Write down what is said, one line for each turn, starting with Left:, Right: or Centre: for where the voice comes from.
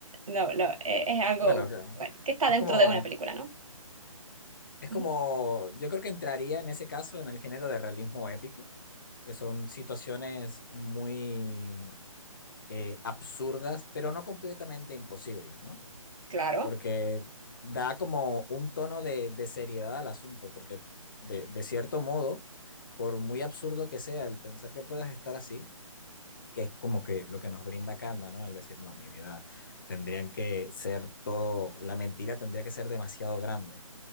Right: no, no, eh, es algo,
Left: Bueno, ok.
Right: bueno, que está
Left: es
Right: dentro
Left: como,
Right: de una película, ¿no?
Left: es
Right: Ujú.
Left: como, yo creo que entraría en ese caso en el género de realismo épico, que son situaciones muy eh, absurdas, pero no completamente imposibles, ¿no?
Right: Claro.
Left: Porque da como un tono de, de seriedad al asunto, porque de, de cierto modo, por muy absurdo que sea el pensar que puedas estar así, que es como que lo que nos brinda calma, ¿no? El decir, no, mi vida tendrían que ser todo, la mentira tendría que ser demasiado grande.